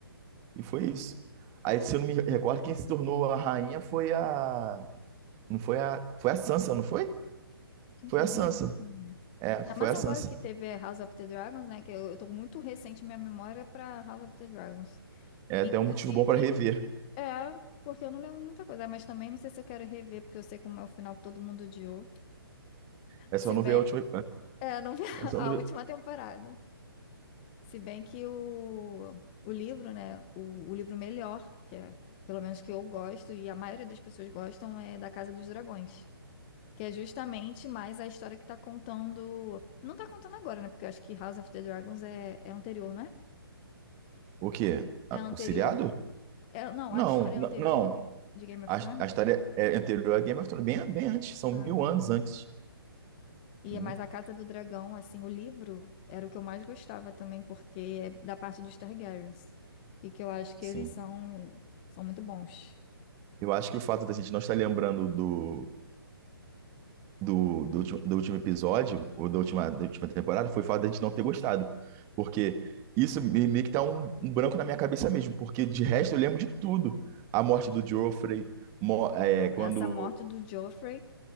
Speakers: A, on the right; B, on the left.
A: E foi isso.
B: Caraca,
A: Aí se eu não me recordo, quem se tornou a rainha foi a, não foi a, foi a Sansa, não foi?
B: gente,
A: Foi
B: eu
A: a
B: não
A: Sansa.
B: lembro também.
A: É, foi
B: Ainda mais
A: a
B: agora
A: Sansa.
B: que teve House of the Dragons, né? Que eu, eu tô muito recente minha memória pra House of the Dragons.
A: É até
B: Inclusive,
A: um motivo bom para rever.
B: é, porque eu não lembro muita coisa, mas também não sei se eu quero rever, porque eu sei como é o final que todo mundo odiou.
A: É só
B: Se
A: não
B: bem,
A: ver a última,
B: é, não vi <laughs>
A: é só
B: a
A: não ver.
B: última temporada. Se bem que o, o livro, né? O, o livro melhor, que é pelo menos que eu gosto, e a maioria das pessoas gostam, é da Casa dos Dragões. Que é justamente mais a história que tá contando. Não tá contando agora, né? Porque eu acho que House of the Dragons é, é anterior, né?
A: O quê? A-
B: É É anterior?
A: O seriado?
B: É, não,
A: Não,
B: a história
A: n-
B: é anterior
A: não.
B: de, de Game of
A: A,
B: Thrones.
A: a história é anterior a Game of Thrones, bem, bem antes, são
B: Ah,
A: mil anos
B: tá.
A: antes.
B: E
A: Entendeu?
B: é mais a Casa do Dragão, assim, o livro era o que eu mais gostava também, porque é da parte dos Targaryens. E que eu acho que
A: Sim.
B: eles são, são muito bons.
A: Eu acho que o fato da gente não estar lembrando do, do, do, ulti- do último episódio, ou da última, da última temporada, foi o fato da gente não ter gostado. Porque isso me- meio que tá um, um branco na minha cabeça mesmo, porque de resto eu lembro de tudo. A morte do Joffrey, mo- é,
B: Ah, Não,
A: quando
B: essa morte do Joffrey